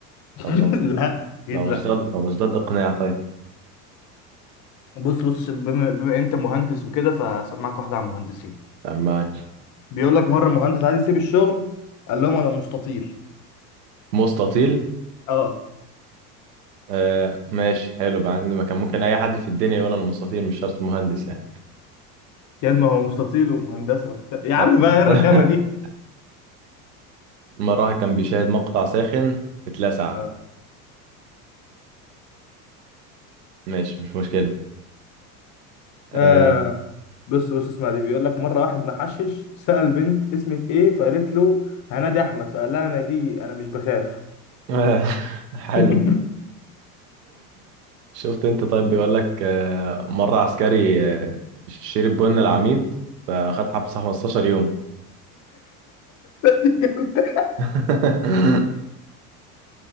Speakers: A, on the left; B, on the right.
A: <laughs>
B: طب لو
A: لا أكيد
B: لو مش
A: لأ
B: ده لو مش ده الإقناع طيب
A: بص بص بما, بما أنت مهندس وكده فسمعك واحدة عن المهندسين
B: تمام معاك.
A: بيقول لك مره مهندس عايز يسيب الشغل قال لهم انا مستطيل
B: مستطيل
A: اه
B: آه ماشي حلو بقى عندي مكان ممكن أي حد في الدنيا يقول أنا مستطيل مش شرط مهندس يعني
A: يا ابني هو مستطيل ومهندسه وبتاع يا عم
B: صح صح.
A: بقى ايه الرخامه دي
B: <laughs> مرة واحد كان بيشاهد مقطع ساخن اتلسع
A: اه
B: ماشي مش مشكلة آه.
A: آه، بص بص اسمع دي بيقول لك مره واحد محشش سأل بنت اسمك ايه فقالت له هنادي احمد فقال لها انا دي انا مش بخاف
B: آه. <laughs>
A: <laughs>
B: حلو شفت انت طيب بيقول لك آه، مرة عسكري آه، شرب بن العميد فخد حبس 15 يوم
A: دي جامدة.
B: <laughs>